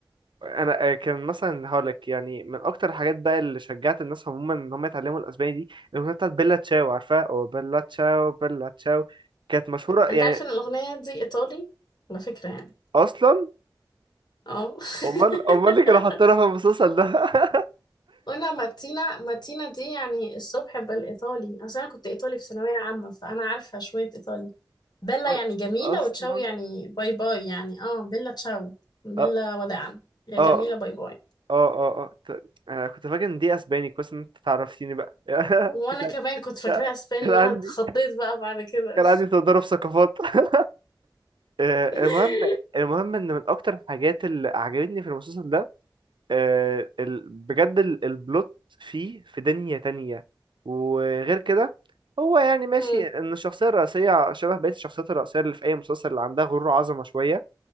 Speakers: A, on the right (about 75°); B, on the left (about 60°).
A: انا آه، كان مثلا هقولك يعني من اكتر الحاجات بقى اللي شجعت الناس عموما ان هم يتعلموا الاسباني دي الاغنيه بتاعت بيلا تشاو عارفها او بيلا تشاو بيلا تشاو كانت مشهوره يعني
B: انت عارف ان الاغنية دي ايطالي على فكرة يعني
A: اصلا
B: اه
A: امال
B: <laughs>
A: امال اللي كانوا حاطينها في المسلسل ده <laughs>
B: وانا ماتينا ماتينا دي يعني الصبح بالايطالي اصل انا كنت ايطالي في ثانوية عامة فانا عارفة شوية ايطالي بيلا
A: أ-
B: يعني جميلة
A: اصلا
B: وتشاو يعني باي باي يعني اه بيلا تشاو بيلا
A: اه
B: وداعا يا
A: اه
B: جميلة باي باي
A: اه اه آه. ت- انا كنت فاكر ان دي اسباني كويس ان انت تعرفتيني بقى <laughs>
B: وانا
A: كان
B: كمان كنت فاكراها
A: كان
B: اسباني
A: كان
B: ما
A: عندي
B: انا اتخضيت بقى بعد كده
A: كان عندي تضارب ثقافات <laughs> آه،
B: <laughs>
A: المهم المهم ان من اكتر الحاجات اللي عجبتني في المسلسل ده آه، ال- بجد ال- البلوت فيه في دنيا تانية وغير كده هو يعني ماشي
B: مم.
A: ان الشخصية الرئيسية شبه بقية الشخصيات الرئيسية اللي في اي مسلسل اللي عندها غرور وعظمة شوية